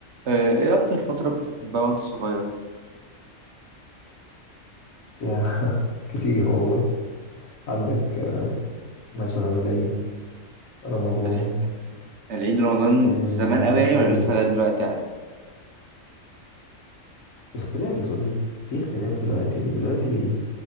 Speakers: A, on the right (about 60°); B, on the left (about 80°).
A: آه، ايه اكتر فترة كنت بتحبها وانت صغير
B: يا <laughs> كتير والله عندك مثلا العيد رمضان
A: ال- العيد رمضان
B: آم،
A: زمان قوي
B: العيدية
A: يعني ولا لسه
B: مثلا
A: لغاية دلوقتي عادي
B: اختلاف يا صديقي في اختلاف دلوقتي دلوقتي ليه؟